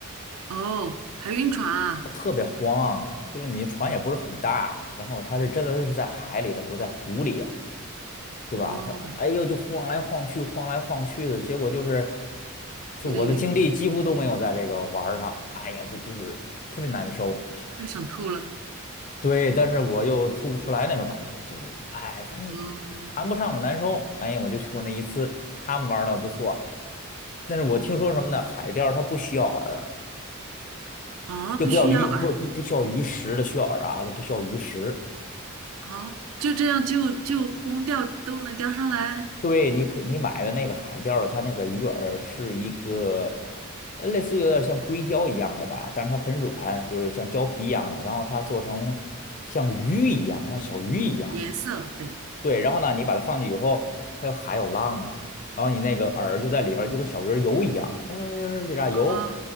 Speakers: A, on the right; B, on the left.
A: 哦，还晕船啊，
B: 它特别慌，就是你船也不是很大，
A: 哦
B: 然后它是真的是在海里，它不是在湖里，对吧？
A: 哦，
B: 它哎呦就晃来晃去，晃来晃去的，结果就是，就我的精力几乎都没有在这个玩儿上，
A: 有点晕，
B: 哎呀，这就是特别难受。
A: 就想吐了，
B: 对，但是我又吐不出来那种感觉，就是哎，反正谈不上的难受。
A: 哦
B: 哎呀，我就去过那一次，他们玩的不错，但是我听说什么呢？海钓它不需要饵，
A: 啊，
B: 就不要鱼，
A: 不需要饵
B: 不不不需要鱼食的需要饵啊，它不需要鱼食。
A: 啊，就这样就就光钓都能钓上来，
B: 对你可你买的那个海钓的，它那个鱼饵是一个呃类似于有点像硅胶一样的吧，但是它很软，就是像胶皮一样的，然后它做成像鱼一样，像小鱼一样。
A: 颜色对，
B: 对，然后呢，你把它放进去以后，它有海有浪嘛，然后你那个饵就在里面儿，就跟小鱼儿游一样，呃，一炸游。
A: 啊